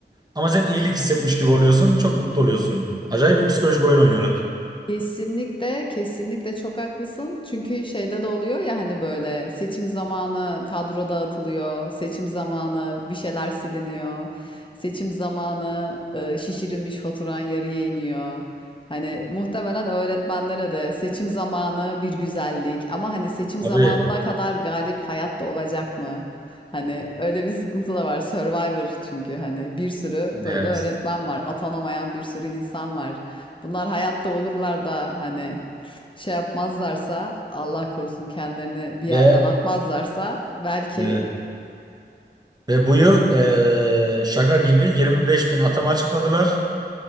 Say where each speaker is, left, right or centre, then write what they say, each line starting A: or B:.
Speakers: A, on the right; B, on the left.
A: Ama sen iyilik hissetmiş gibi oluyorsun. Çok mutlu oluyorsun. Acayip bir psikolojik oyun oynuyorlar.
B: Kesinlikle, kesinlikle çok haklısın. Çünkü şeyde de oluyor ya hani böyle seçim zamanı kadro dağıtılıyor, seçim zamanı bir şeyler siliniyor, seçim zamanı e, şişirilmiş faturan yarıya iniyor. Hani muhtemelen öğretmenlere de seçim zamanı bir güzellik ama hani seçim zamanına
A: Tabii.
B: kadar galip hayatta olacak mı? Hani öyle bir sıkıntı da var. Survivor çünkü hani bir sürü böyle
A: Evet.
B: öğretmen var, atanamayan bir sürü insan var. Bunlar hayatta olurlar da hani şey yapmazlarsa Allah korusun kendilerini bir yerden
A: Ve
B: atmazlarsa belki
A: evet. Ve bu yıl eee, şaka gibi 25 bin atama açıkladılar.